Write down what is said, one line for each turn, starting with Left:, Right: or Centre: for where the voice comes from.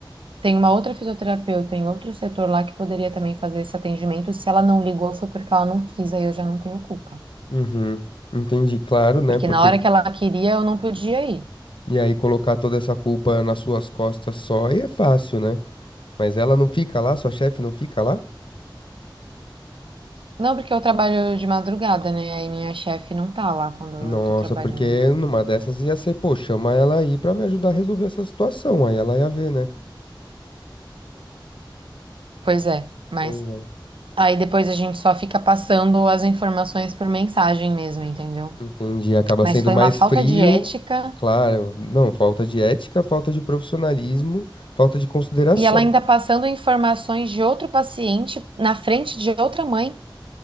Right: tem uma outra fisioterapeuta em outro setor lá que poderia também fazer esse atendimento. Se ela não ligou, foi porque ela não quis, aí eu já não tenho culpa.
Left: Uhum. Entendi, claro, né?
Right: Porque
Left: Porque
Right: na hora que ela queria, eu não podia ir.
Left: e aí colocar toda essa culpa nas suas costas só aí é fácil, né? Mas ela não fica lá, sua chefe não fica lá?
Right: Não, porque eu trabalho de madrugada, né? Aí minha chefe não tá lá quando
Left: Nossa,
Right: eu tô trabalhando.
Left: porque numa dessas ia ser, pô, chama ela aí pra me ajudar a resolver essa situação. Aí ela ia ver, né?
Right: Pois é, mas
Left: Pois é.
Right: aí depois a gente só fica passando as informações por mensagem mesmo, entendeu?
Left: Entendi, acaba
Right: Mas
Left: sendo
Right: foi
Left: mais
Right: uma falta
Left: frio,
Right: de ética
Left: claro, não, falta de ética, falta de profissionalismo, falta de consideração.
Right: e ela ainda passando informações de outro paciente na frente de outra mãe.